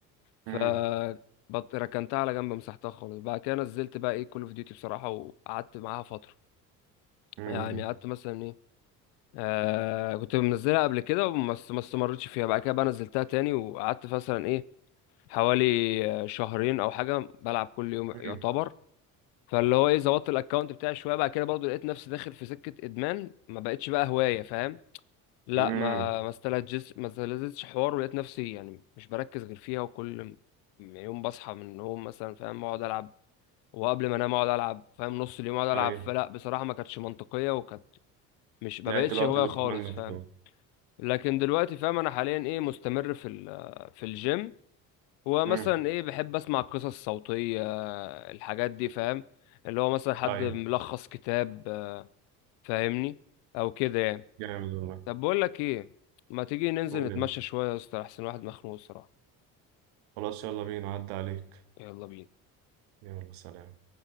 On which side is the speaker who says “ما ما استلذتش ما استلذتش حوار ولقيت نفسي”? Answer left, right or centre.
Left